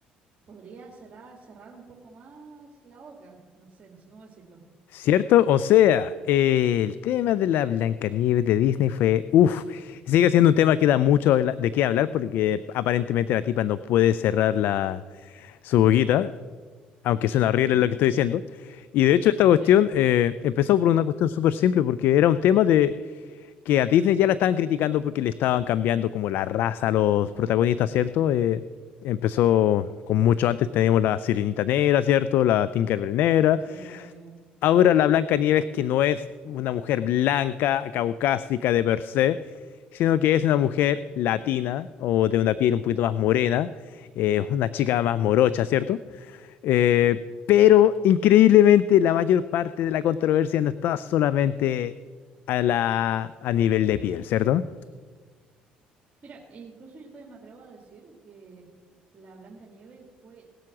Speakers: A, on the right; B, on the left.
A: podría cerrar, cerrar un poco más la boca, no sé, no sé cómo decirlo.
B: ¿Cierto? O sea, eh, el tema de la Blancanieves de Disney fue, uff, sigue siendo un tema que da mucho habla- de qué hablar porque aparentemente la tipa no puede cerrar la, su boquita, aunque suena horrible
A: Ujú,
B: lo que estoy diciendo. Y de hecho esta cuestión
A: Sí,
B: eh, empezó por una cuestión súper simple porque era un tema que a Disney ya la estaban criticando porque le estaban cambiando como la raza a los protagonistas, ¿cierto? Eh, empezó con mucho antes, tenemos la Sirenita Negra, ¿cierto? La Tinkerbell Negra.
A: sí.
B: Ahora la Blanca Nieves, que no es una mujer blanca, caucásica de per se, sino que es
A: Exacto.
B: una mujer latina o de una piel un poquito más morena, eh, una chica más morocha, ¿cierto? Eh, pero increíblemente la mayor parte de la controversia no está solamente a la, a nivel de piel, ¿cierto?
A: Mira, e incluso yo también me atrevo a decir que la Blancanieves fue